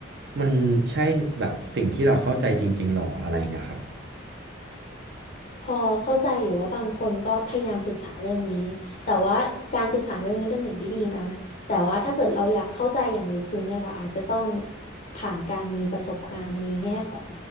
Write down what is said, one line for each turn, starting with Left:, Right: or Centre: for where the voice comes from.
Right: มันใช่แบบสิ่งที่เราเข้าใจจริงๆหรออะไรเงี้ยครับ
Left: พอเข้าใจอยู่ว่าบางคนก็พยายามศึกษาเรื่องนี้แต่ว่าการศึกษาเรื่องนี้เป็นสิ่งที่ดีนะแต่ว่าถ้าเกิดเราอยากเข้าใจอย่างลึกซึ้งเนี่ยเราอาจจะต้องผ่านการมีประสบการณ์ในแง่ของ